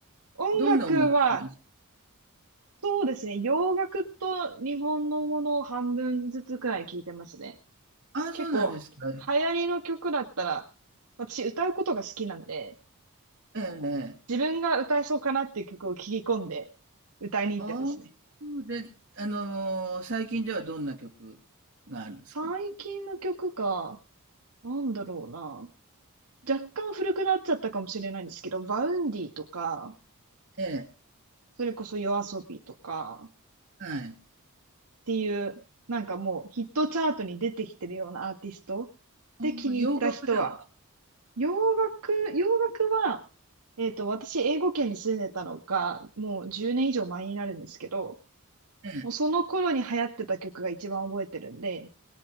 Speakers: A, on the right (about 85°); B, on the right (about 55°).
A: 音楽は、
B: どんな音楽ですか
A: そうですね。洋楽と日本のものを半分ずつくらい聞いてますね。
B: ああそうなんですか。
A: 結構、
B: え
A: 流行りの曲だったら、私歌うことが好きなんで、
B: え。ええ
A: 自分が歌えそうかなっていう曲を聞き込んで歌いに行ってますね。
B: ああ、で、あのー、最近ではどんな曲があるんですか
A: 最近の曲か、なんだろうな。若干古くなっちゃったかもしれないんですけど、バウンディとか、
B: ええ。
A: それこそヨアソビとか
B: はい。
A: っていう、なんかもうヒットチャートに出てきてるようなアーティストで気に入った人は、
B: あー洋楽では
A: 洋楽、洋楽は、えっと、私、英語圏に住んでたのが、もう10年以上前になるんですけど、
B: ええ、
A: もうその頃に流行ってた曲が一番覚えてるんで、